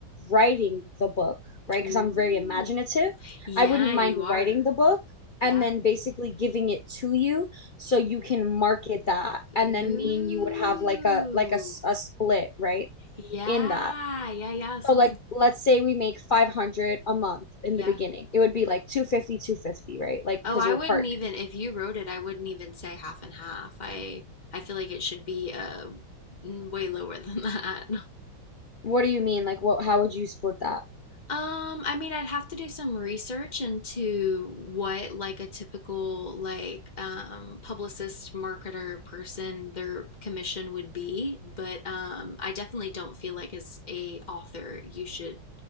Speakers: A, on the left; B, on the left.
A: writing the book, right?
B: Ooh.
A: Because I'm very imaginative.
B: Yeah,
A: I wouldn't
B: you
A: mind
B: are.
A: writing the book
B: Yeah.
A: and then basically giving it to you so you can market that. And
B: Ooh.
A: then me and you would have like a like a, s- a split, right?
B: Yeah.
A: In that.
B: Yeah. Yeah. Something.
A: So like let's say we make 500 a month in
B: Yeah.
A: the beginning. It would be like two fifty, two fifty, right? Like
B: Oh,
A: cuz
B: I
A: we're
B: wouldn't
A: partners.
B: even if you wrote it, I wouldn't even say half and half. I I feel like it should be uh way lower <laughs> than that.
A: What do you mean? Like what how would you split that?
B: Um, I mean, I'd have to do some research into what like a typical like um publicist, marketer person their commission would be, but um I definitely don't feel like as a author you should